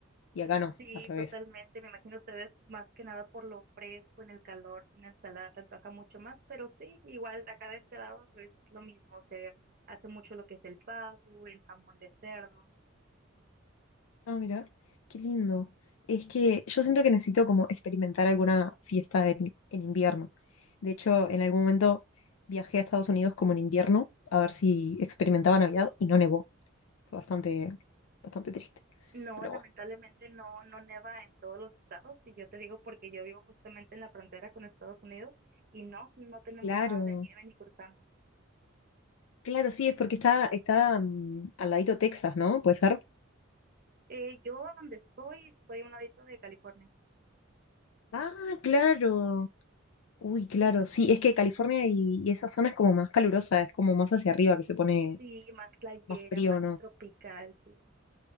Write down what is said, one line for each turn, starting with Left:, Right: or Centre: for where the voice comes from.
Left: Y acá no,
Right: Sí,
Left: al revés.
Right: totalmente. Me imagino ustedes más que nada por lo fresco, en el calor, sin ensalada, se antoja mucho más, pero sí, igual acá de este lado es lo mismo. Se hace mucho lo que es el pavo, el jamón de cerdo.
Left: Ah, mira, qué lindo. Es que yo siento que necesito como experimentar alguna fiesta en, en invierno. De hecho, en algún momento viajé a Estados Unidos como en invierno a ver si experimentaba Navidad y no nevó. Fue bastante, bastante triste.
Right: No,
Left: Pero
Right: lamentablemente
Left: bueno.
Right: no, no neva en todos los estados, y yo te digo porque yo vivo justamente en la frontera con Estados Unidos y no, no tenemos
Left: Claro,
Right: nada de nieve ni cruzando.
Left: claro, sí, es porque está, está mm, al ladito Texas, ¿no? ¿Puede ser?
Right: Eh, yo a donde estoy, estoy a un ladito de California.
Left: Ah, claro. Uy, claro, sí, es que California y, y esa zona es como más calurosa, es como más hacia arriba que se pone
Right: Sí, más playera,
Left: más frío,
Right: más
Left: ¿no?
Right: tropical, sí.